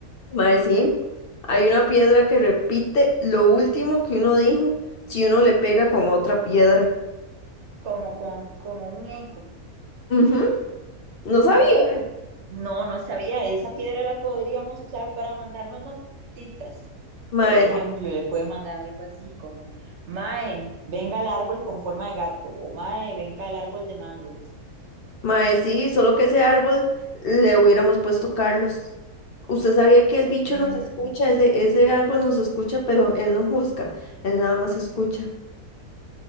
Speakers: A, on the left; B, on the right.
A: Mae, sí, hay una piedra que repite lo último que uno dijo si uno le pega con otra piedra.
B: como, con, como un eco.
A: Ujú, No sabía.
B: Mm, no, no sabía. Esa piedra la podríamos usar para mandarnos notitas.
A: Mae,
B: Por ejemplo, le puede mandar algo así como, Mae, venga al árbol con forma de gato o Mae, venga al árbol de mangos.
A: mae, sí, solo que ese árbol le hubiéramos puesto Carlos. Usted sabía que el bicho
B: Mm,
A: nos escucha, ese, ese árbol nos escucha, pero él no juzga, él nada más escucha.